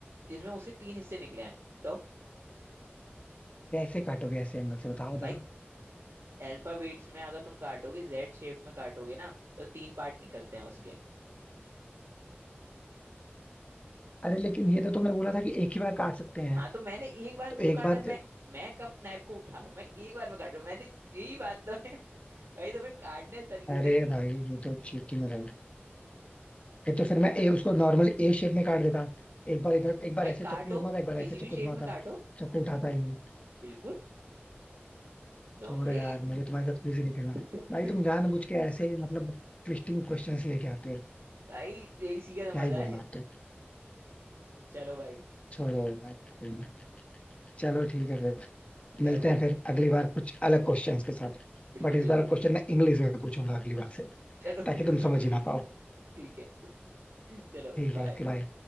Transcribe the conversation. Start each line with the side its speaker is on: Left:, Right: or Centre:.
Right: जिसमें उसके तीन हिस्से निकले आए तो
Left: कैसे काटोगे ऐसे एंगल से बताओ जरा
Right: भाई अल्फाबेट्स में अगर तुम काटोगे जेड शेप में काटोगे ना तो तीन पार्ट निकलते हैं उसके
Left: अरे लेकिन ये तो तुमने बोला था कि एक ही बार काट सकते हैं
Right: हाँ तो मैंने एक बार
Left: तो
Right: में तो
Left: एक
Right: काटा
Left: बार
Right: है। मैं मैं कब नाइफ को उठा रहा हूँ मैं एक बार में काट रहा हूँ मैंने यही बात तो है भाई तुम्हें काटने इस तरीके
Left: अरे
Right: से कि
Left: भाई ये तो चीटिंग है ये तो फिर मैं ए उसको नॉर्मल ए शेप में काट देता एक बार इधर एक बार
Right: भाई
Left: ऐसे
Right: काटो
Left: चक्कू घुमाता एक बार
Right: किसी
Left: ऐसे
Right: भी
Left: चक्कू
Right: शेप
Left: घुमाता
Right: में काटो
Left: चक्कू उठाता ही नहीं
Right: बिल्कुल तुम
Left: छोड़ो
Right: यही
Left: यार मुझे तुम्हारे साथ कुछ ही नहीं खेलना
Right: <laughs>
Left: भाई तुम जानबूझ के ऐसे मतलब ट्विस्टिंग क्वेश्चंस लेके आते हो
Right: भाई यही इसी का तो
Left: क्या
Right: मजा
Left: ही बोलना
Right: है
Left: आपको
Right: चलो भाई
Left: छोड़ो यार कोई नहीं। चलो ठीक है फिर
Right: चलो
Left: मिलते
Right: भाई
Left: हैं फिर अगली बार कुछ अलग क्वेश्चंस के साथ
Right: बिल्कुल
Left: बट इस
Right: बिल्कुल
Left: बार क्वेश्चन मैं इंग्लिश में पूछूंगा अगली बार से
Right: चलो
Left: ताकि
Right: बिल्कुल
Left: तुम
Right: बिल्कुल
Left: समझ ही ना पाओ
Right: ठीक है <laughs> चलो
Left: ठीक है
Right: बाय
Left: ओके बाय